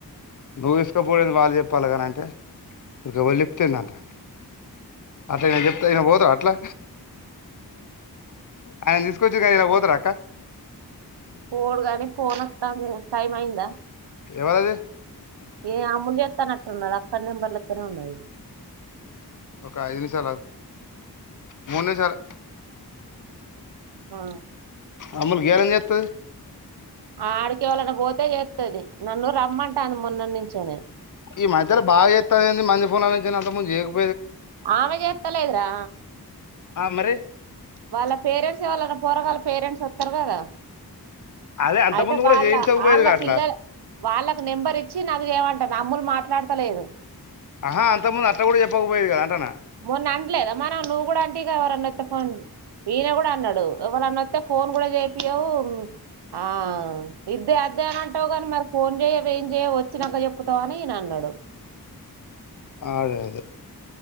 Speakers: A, on the left; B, on the right.
A: నువ్వు తీస్కబొవుడు ఏంది బావ వాళ్ళే పలకనంటే వాళ్ళు పలికితేందంట. అట్లా ఏదైనా చెప్తే ఇగ పోతరా అట్లా ఆయన్ని తీసుకొచ్చి ఇగ ఇగ పోతరాక్క.
B: ఫోన్ గాని ఫోన్ వత్తాంది టైం అయిందా
A: ఎవలిది.
B: ఏ అముల్ చేతనట్. టున్నడ్ అక్కడి నెంబర్ల్ వత్తానే ఉన్నాయ్ ఇగ
A: ఒక ఐదు నిమిషాలు ఆగు. మూడు నిమిషాలు.
B: ఆ
A: అమ్ముల్ గేలని చేత్తది.
B: ఆడకి వోలన్న పోతే చేత్తది నన్ను రమ్మంటాంది మొన్నట్ నించేనే.
A: ఈ మధ్యలో బాగా చేతదేంది మంది ఫోన్ లో నుంచైనా అంత ముందు చేయకపో
B: ఆమె జేత్తలేదురా.
A: ఆ మరి
B: వాళ్ళ పేరెంట్స్ ఎవల్లన్న పొరగాళ్ళ పేరెంట్స్ వస్తరు గాదా
A: అదే అంతకుముందు
B: అయితే
A: కూడా
B: వాళ్ళ
A: చేయించకపోయేదిగా
B: ఆళ్ళ
A: అట్లా
B: పిల్లల వాళ్ళ ప్పుడు నెంబర్ ఇచ్చి నాకు చేయమంటాంది. అమ్ములు మాట్లాడతలేదు.
A: ఆహా అంతక ముందు అట్ల కూడా చెప్పక పోయేది గదా అంటానా.
B: మొన్న అన్లేద మొన నువ్వు కూడా అంటివి గద యెవరానోత్తే ఫోన్ ఈయన కూడా అన్నాడు ఎవళనోత్తే ఫోన్ కూడా చేపీయవు ఆ ఇద్దే అద్దే అని అంటావు కానీ మరి ఫోన్ చెయవ్ ఏం చెయవు వచ్చినక చెప్పుతావు అని ఈయన అన్నడు.
A: ఆడేదే